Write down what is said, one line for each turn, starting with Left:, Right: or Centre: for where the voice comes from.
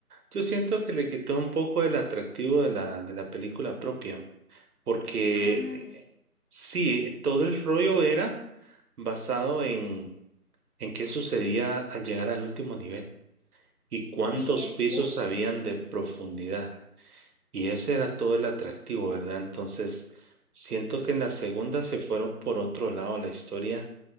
Right: yo siento que le quitó un poco el atractivo de la, de la película propia, porque
Left: Ah,
Right: sí, todo el rollo era basado en, en qué sucedía al llegar al último nivel y cuántos
Left: sí, es
Right: pisos
Left: cierto.
Right: habían de profundidad. Y ese era todo el atractivo, ¿verdad? Entonces, siento que en la segunda se fueron por otro lado la historia.